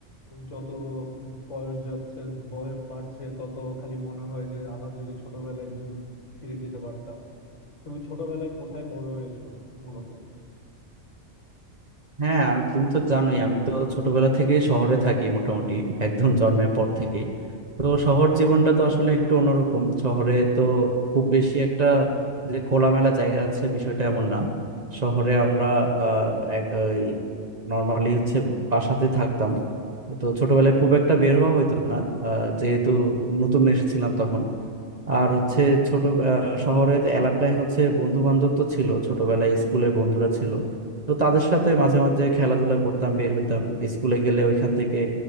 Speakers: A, on the left; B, on the right.
A: যত বয়স যাচ্ছে বয়স বাড়ছে তত খালি মনে হয় যে আবার যদি ছোটবেলায় যদি ফিরে যেতে পারতাম তুমি ছোটবেলায় কোথায় বড় হয়েছো মূলত
B: হ্যাঁ আমি তুমি তো জানোই আমি তো ছোটবেলা থেকে শহরে থাকি মোটামুটি একদম জন্মের পর থেকে তো শহর জীবনটা তো আসলে একটু অন্যরকম শহরে তো খুব বেশি একটা যে খোলামেলা জায়গা আছে বিষয়টা এমন না শহরে আমরা আহ নর্মালি হচ্ছে বাসাতে থাকতাম তো ছোটবেলায় খুব একটা বের হওয়া হতো না আহ, যেহেতু নতুন এসেছিলাম তখন আর হচ্ছে ছোট আহ, শহরের এলাকায় হচ্ছে বন্ধু বান্ধব তো ছিল ছোটবেলায় স্কুলে বন্ধুরা ছিল তো তাদের সাথে মাঝে মাঝে খেলাধুলা করতাম বের হইতাম স্কুলে গেলে ওইখান থেকে